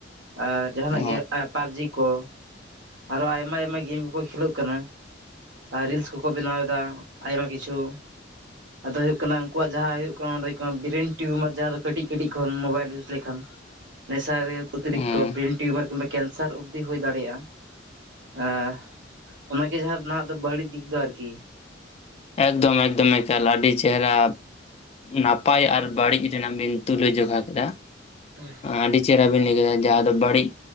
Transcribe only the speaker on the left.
ᱦᱩᱸ
ᱦᱩᱸ
ᱮᱠᱫᱚᱢ ᱮᱠᱫᱚᱢ ᱮᱠᱟᱞ ᱟᱹᱰᱤ ᱪᱮᱦᱨᱟ ᱱᱟᱯᱟᱭ ᱟᱨ ᱵᱟᱹᱲᱤᱡ ᱨᱮᱱᱟᱜ ᱵᱤᱱ ᱛᱩᱞᱟᱹ ᱡᱚᱠᱦᱟ ᱠᱮᱫᱟ
ᱟᱹᱰᱤ ᱪᱮᱦᱨᱟ ᱵᱤᱱ ᱞ ᱠᱮᱫ ᱡ ᱵᱟᱹᱲᱤᱡ